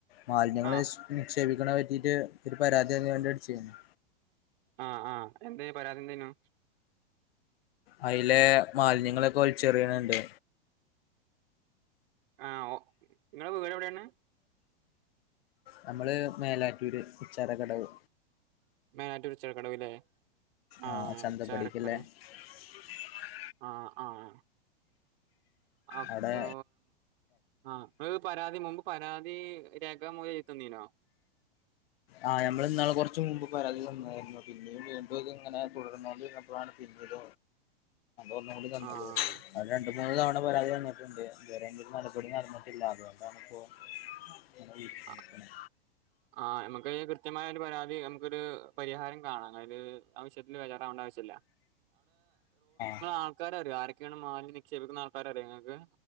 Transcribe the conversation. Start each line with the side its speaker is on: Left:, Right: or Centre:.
Left: മാലിന്യങ്ങള്ൾ
Right: ആഹ്
Left: നിക്ഷേപിക്കണ പറ്റിട്ട് ഒരുര് പരാതിയ അന് വേണ്ടിയിട്ട് ചെയ്യുന്നു
Right: ആഹ് ആഹ് എന്ത് പരാതി എന്തനു
Left: അതിലെ മാലിന്യങ്ങളൊക്കെ ഒലിച്ചെറിയണുണ്ട്
Right: ആ നിങ്ങളെ വീട് എവിടെയാണ്
Left: നമ്മള് മേലാറ്റൂർ ഉച്ചാര കടവ്
Right: മെയിനായിട്ടരു ചിറക്കടവല്ലേ ആ
Left: ആഹ് ചന്തപ്പടിക്കല്ലേ
Right: ഉച്ചാരക്കട
Left: <unintelligible>
Right: ആഹ അപ്പൊ
Left: അവിടെ
Right: ആ പരാതി മുമ്പ് പരാതി രേഖാമൂലം എത്തണ്ട് ത്തീണോ
Left: ആ ഞമ്മള് ഇന്നാളെ കൊറച്ച് പരാതി വന്നായിരുന്നു പിന്നെയും വീണ്ടും ഇത് ഇങ്ങനെ തുടർന്നോണ്ട് ഇരുന്നപ്പോഴാണ് പിന്നിത് ഒന്ന് കൂടി തന്നത്
Right: ആഹ്
Left: അ രണ്ടു മൂന്ന് തവണ പരാതി തന്നിട്ടുണ്ട് ഇതുവരെ ഒരു നടപടി നടന്നിട്ടില്ല അതുകൊണ്ടണ് ഇപ്പോ ഇങ്ങനെ വിളിച്ച്
Right: ആ
Left: നിക്കണെ
Right: ആ നമുക്ക് കൃത്യമായ ഒരു പരാതി നമുക്കൊരു പരിഹാരം കാണാം അതായത് ആവശ്യത്തിൽ വെചാറ ആവശ്യമില്ല
Left: ആ
Right: ആൾക്കാരൊ അറിയോ മാലിന്യം നിക്ഷേപിക്കുന്ന ആൾക്കാരെ അറിയോ നിങ്ങൾക്ക്